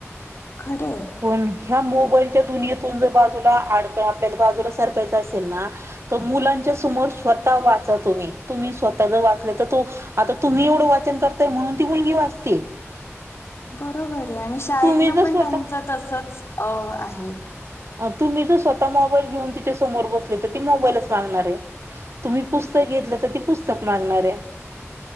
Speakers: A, on the left (about 60°); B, on the right (about 60°).
A: खरं आहे
B: पणं ह्यां मोबाईलच्या दुनियेतून जरं बाजूंला अंड आपल्याला बाजूंला सरकांयच असेल नां तरं मुलांच्या समोर स्वंतः वांचा तुम्हीं तुम्हीं स्वंतः जरं वाचलां तरं तो आंता तुम्हीं एवढं वाचनं करताय म्हणूंन ती मुलंगी वाचती आहे
A: बरोबर आहे आणि शाळेतंन
B: तुम्ही जर
A: पणं
B: स्वतः
A: त्यांच तसंच अं आहे
B: तुम्हीं जंर स्वंतः मोबाईल घेऊन तिच्यां समोर बसले तरं ती मोबाईलच मागणारं आहे तुम्हीं पुस्तकं घेतलं तरं ती पुस्तकं मागणांर आहे